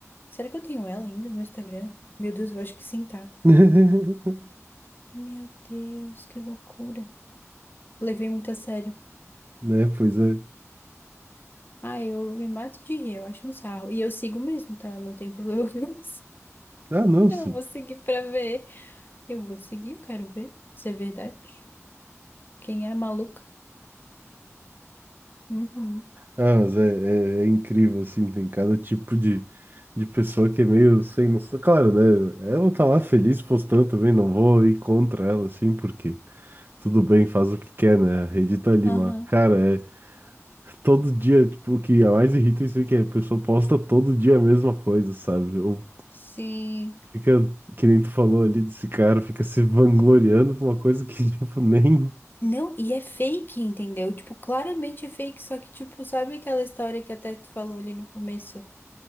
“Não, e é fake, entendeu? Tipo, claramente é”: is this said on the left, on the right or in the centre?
Left